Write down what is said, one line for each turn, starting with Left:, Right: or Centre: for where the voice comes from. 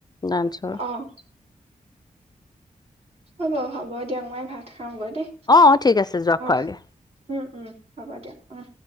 Left: ডান্সৰ।
Right: অ', হ'ব হ'ব দিয়ক মই ভাত খাওঁগৈ দেই।
Left: অ ঠিক আছে যোৱা
Right: অ',
Left: খোৱাগে
Right: উম, উম হ'ব দিয়ক উম।